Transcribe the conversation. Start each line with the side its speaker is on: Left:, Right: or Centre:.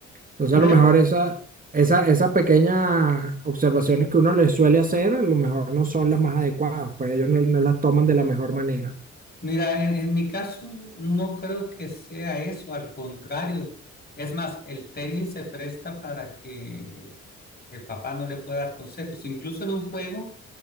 Right: Entonces,
Left: Creo,
Right: a lo mejor esa, esa, esas pequeñas observaciones que uno le suele hacer, a lo mejor no son las más adecuadas, pues ellos no, no las toman de la mejor manera.
Left: mira, en, en mi caso no creo que sea eso, al contrario. Es más, el tenis se presta para que el papá no le pueda dar consejos, incluso en un juego.